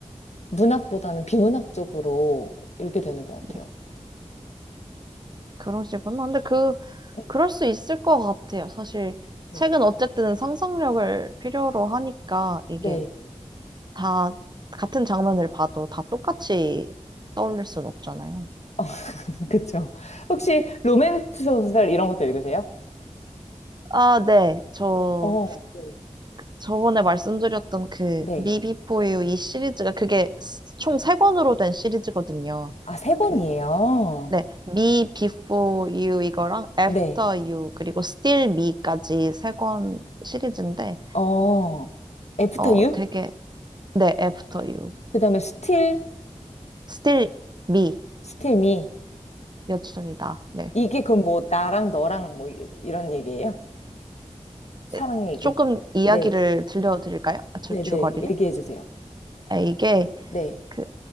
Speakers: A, on the left (about 65°); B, on the right (about 35°).
A: 문학보다는 비문학 쪽으로 읽게 되는 것 같아요.
B: 네. 그러시구나. 근데 그,
A: 어,
B: 그럴 수 있을 것 같아요. 사실,
A: 네.
B: 책은 어쨌든 상상력을 필요로 하니까 이게
A: 네.
B: 다 같은 장면을 봐도 다 똑같이 떠올릴 순 없잖아요.
A: <laughs> 그쵸. 혹시 로맨스 소설 이런 것도 읽으세요?
B: 아, 네. 저
A: 어, 네.
B: 저번에 말씀드렸던 그
A: 네.
B: 미비포유 이 시리즈가 그게 총 세 권으로 된 시리즈거든요.
A: 아, 세 권이에요.
B: 그 네. 미 비포 유 이거랑 애프터
A: 네.
B: 유 그리고 스틸 미까지 세 권 시리즈인데
A: 어, 애프터
B: 어
A: 유?
B: 되게 네, 애프터 유.
A: 그 다음에 스틸,
B: 스틸 미
A: 스틸 미.
B: 여전이다. 네.
A: 이게 그럼 뭐 나랑 너랑 뭐 이- 이런 얘기예요? 사랑
B: 네,
A: 얘기.
B: 조금 이야기를
A: 네.
B: 들려드릴까요? 아, 줄-
A: 네네,
B: 줄거리를?
A: 얘기해 주세요.
B: 아, 이게
A: 네,
B: 그